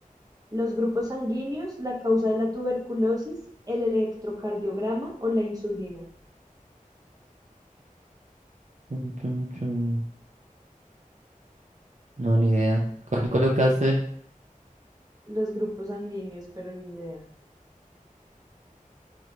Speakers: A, on the right (about 25°); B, on the right (about 55°).
A: los grupos sanguíneos, la causa de la tuberculosis, el electrocardiograma o la insulina.
B: Chun, chun, chun. No, ni idea. ¿Cuál colocaste?
A: Los grupos sanguíneos, pero ni idea.